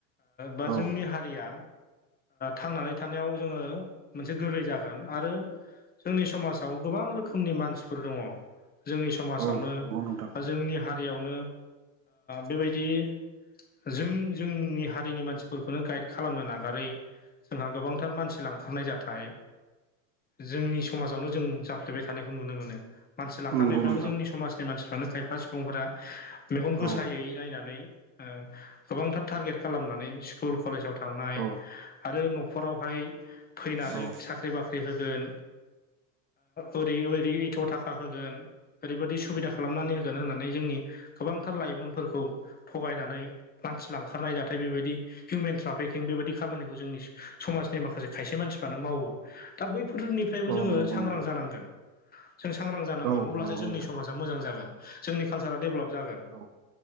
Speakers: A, on the left (about 20°); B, on the right (about 85°).
A: बा
B: औ
A: जोंनि हारिया थांनानै थानायाव जोङो मोनसे गोरलै जागोन। आरो जोंनि समाजाव गोबां रोखोमनि मानसिफोर दङ। जोंनि समाजावनो
B: औ नंगौ नोंथां
A: बा जोंनि हारियावनो बेबादि जों जोंनि हारिनि मानसिफोरखौनो गाइड खालामनो नागारै। जोंहा गोबांथार मानसि लांखारनाय जाथाय जोंनि समाजावनो जों जाफ्लेबाय थानायखौ नुनो मोनो। मानसि लांखारनायफ्राबो
B: नंगौ नोंथां
A: जोंनि समाजनि मानसिफ्रानो खायफा सुबुंफोरा मेगन गोसायै
B: औ
A: नायनानै ओ गोबांथार टारगेट खालामनानै स्कुल कलेजाव थांनाय
B: औ
A: आरो न'खरावहाय फैनानै।
B: औ
A: साख्रि होगोन ओरै ओरै एथ थाखा होगोन अ ओरैबायदि सुबिदा खालामनानै होगोन होननानै जोंनि गोबांथार लाइमोनफोरखौ थगायनानै अ मानसि लांखारनाय जाथाय बेबादि हिउमेन ट्राफिकिं बेबायदि खामानिखौ जोंनि समाजनि माखासे खायसे मानसिफ्रानो मावो। दा बैफोरनिफ्रायबो
B: औ
A: जोङो
B: नंगौ
A: सांग्रां
B: नोंथां
A: जानांगोन। जों सांग्रां जानांगोन
B: औ
A: अब्लासो
B: नंगौ
A: जोंनि
B: नोंथां
A: समाजा मोजां जागोन जोंनि कालसारा डेभलप जागोन।
B: औ